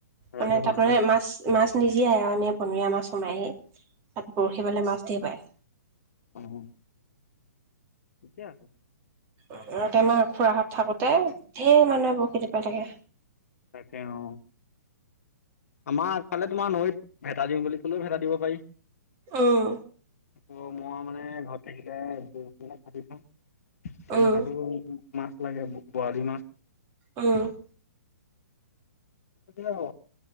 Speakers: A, on the left; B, on the right.
A: ৰাজহুৱা
B: মানে তাত মানে
A: ন
B: মাছ মাছ নিজীয়াই আও এনেই বনৰীয়া মাছ সোমাইহি, তাত বৰশী বালে মাছ ধেই পায়।
A: উম। কেতিয়া আছ
B: অহ' তোমাৰ খুৰাহত থাকোঁতে ধেৰ মানুহে বশি টোপাই থাকে।
A: তাকে ন আমাৰ আগফালে তোমাৰ নৈত ভেটা দিওঁ বুলি ক'লেও ভেটা দিব পাৰি।
B: উম,
A: আহ মই মানে ঘৰত থাকিলে বশি বিলাক কাটি থম। তেনেকুৱাতো
B: উম,
A: মাছটো আহে বৰালী মাছ।
B: অহ'
A: কিয়